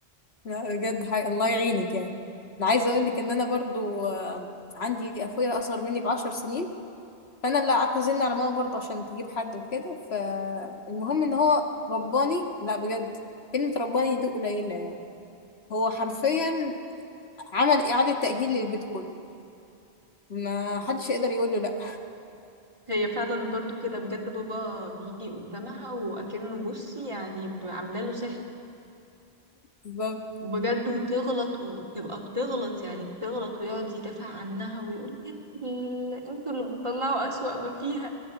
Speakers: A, on the left; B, on the right.
A: لا، بجد حي... الله يعينك يعني انا عايزه اقول لك ان انا برضو آم، عندي اخويا اصغر مني بعشر سنين فانا اللي اعتزلنا على ماما برضو عشان تجيب حد وكده فالمهم ان هو رباني لا بجد كلمه رباني دي قليله يعني هو حرفيا عمل اعاده تاهيل للبيت كله ما حدش يقدر يقول له لا
B: هي فعلا برضو كده بجد بابا بيجي قدامها وأكنه بصي يعني ب- عامله له سحر
A: بالظبط
B: بجد وتغلط وتبقى بتغلط يعني بتغلط ويقعد يدافع عنها ويقول انتوا ال- انتوا اللي بتطلعوا أسوأ ما فيها